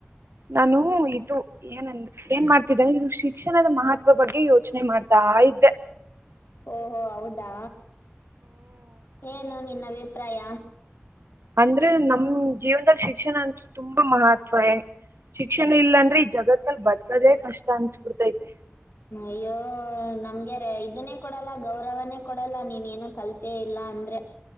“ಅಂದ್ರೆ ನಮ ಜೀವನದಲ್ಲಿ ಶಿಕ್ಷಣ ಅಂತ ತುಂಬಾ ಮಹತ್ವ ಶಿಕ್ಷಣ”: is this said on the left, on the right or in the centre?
Right